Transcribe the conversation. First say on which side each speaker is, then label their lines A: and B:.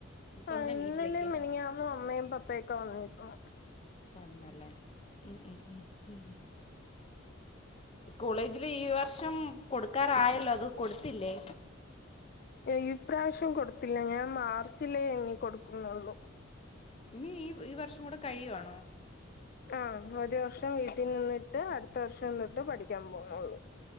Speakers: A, on the left; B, on the left.
A: സ്വന്തം
B: ആഹ് ഇന്നലെ
A: വീട്ടിലേക്ക്
B: മേനഞ്ഞാന്നും അമ്മയും പപ്പയയും ഒക്കെ വന്നിരുന്നു
A: വന്നല്ലേ ഉം ഉം ഉം ഉം കോളേജില് ഈ വർഷം കൊടുക്കാറായല്ലോ അത് കൊടുത്തില്ലേ
B: ഈ പ്രാവിശ്യം കൊടുത്തില്ല ഞാൻ മാർച്ചിലേ ഇനി കൊടുക്കുന്നുള്ളു
A: നീ ഈ ഈ വർഷം കൂടെ കഴിയുവാണോ
B: ആഹ് ഒരു വർഷം വീട്ടി നിന്ന്ട്ട് അടുത്ത വർഷം തൊട്ട് പഠിക്കാ പോണാള്ളൂ